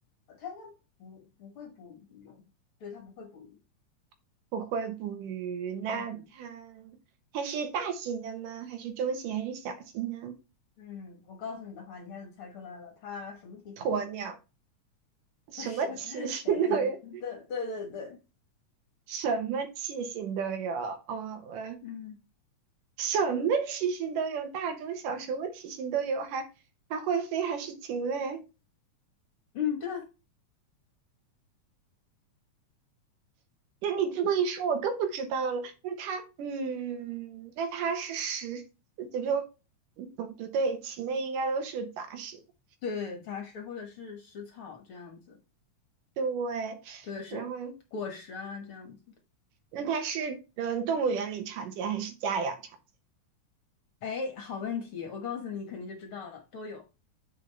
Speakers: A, on the left; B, on the right.
A: 呃它应该不不会捕鱼。对，它不会捕鱼。
B: <laughs> 不会捕鱼。那它
A: 嗯
B: 它是大型的吗？还是中型？还是小型呢？
A: 嗯，我告诉你的话，你一下子猜出来了，它什么体型都有。
B: 鸵鸟，什么体型都有，
A: 不是，<laughs> 哎，对对对对。
B: <laughs> 什么体型都有。哦，我
A: 嗯
B: 什么体型都有，大中小，什么体型都有，还还会飞，还是禽类。
A: 嗯，对啊
B: 那你这么一说，我更不知道了。那它，嗯，那它是食，就比如，不不对，禽类应该都是杂食的，
A: 对，杂食或者是食草这样子，
B: 对。
A: 对，是果实啊这样子。
B: 然后，那它是嗯动物园里常见还是家养常见？
A: 哎，好问题，我告诉你，肯定就知道了，都有。